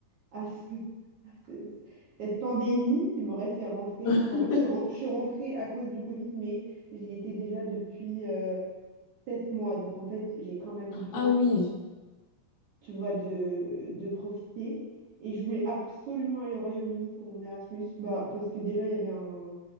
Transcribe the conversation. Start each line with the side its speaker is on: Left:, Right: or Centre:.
Right: à, ce- <laughs> à ce- cette pandémie qui m'aurait fait rentrer.
Left: <laughs>
Right: En fait, je suis, ren- je suis rentrée à cause du Covid, mais j'y étais déjà depuis euh, sept mois. Donc, en fait, j'ai quand même eu le temps,
Left: Ah oui,
Right: tu vois, de, de profiter. Et je voulais absolument aller au Royaume-Uni pour mon Erasmus, bah, parce que déjà, il y avait un...